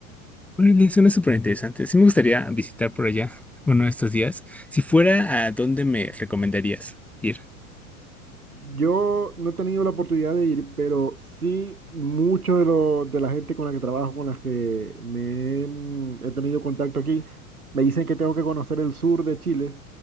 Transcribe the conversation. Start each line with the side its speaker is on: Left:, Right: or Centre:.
Centre: Órale, suena súper interesante. Sí me gustaría visitar por allá uno de estos días. Si fuera, ¿a dónde me recomendarías ir?
Right: Yo no he tenido la oportunidad de ir, pero sí mucho de, lo, de la gente con la que trabajo, con las que me he, mm, he tenido contacto aquí, me dicen que tengo que conocer el sur de Chile,